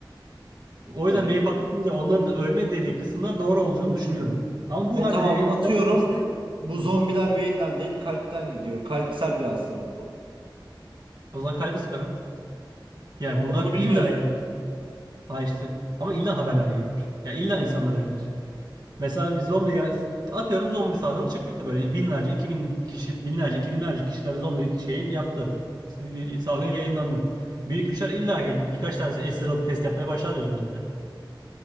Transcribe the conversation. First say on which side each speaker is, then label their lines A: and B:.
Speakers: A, on the right; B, on the right.
A: O
B: Evet.
A: yüzden beyin patlatınca onların da ölme dediği kısımlar doğru olduğunu düşünüyorum. Ama bu
B: E
A: halde
B: tamam
A: de yayılmadan
B: atıyorum.
A: böylesi
B: Bu
A: hı,
B: zombiler beyinden değil kalpten gidiyor. Kalpsel bir hastalık bu.
A: o zaman kalbi sıkarım. Yani
B: Ama
A: bunlar
B: bunu
A: illa
B: bilmiyorsun.
A: yani ha işte ama illa haberler yayılır. Ya illa insanlar öğrenir. Mesela bir zombi ya- atıyorum zombi salgını çıktı böyle binlerce, iki bin kişi, binlerce, iki binlerce kişiler zombi şeyi yaptı. Salgın yayınlandı. Büyük güçler illa ki birkaç tanesi esir alıp test yapmaya başlar üzerinde.